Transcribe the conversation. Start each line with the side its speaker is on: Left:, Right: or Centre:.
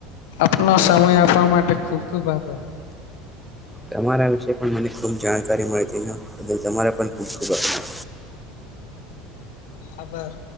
Left: આપનો સમય આપવા માટે ખુબ ખુબ આભાર
Centre: તમારા વિશે પણ મને ખુબ જાણકારી મળીતી બ તમારા પણ ખુબ ખુબ આભાર
Left: <inaudible> આભાર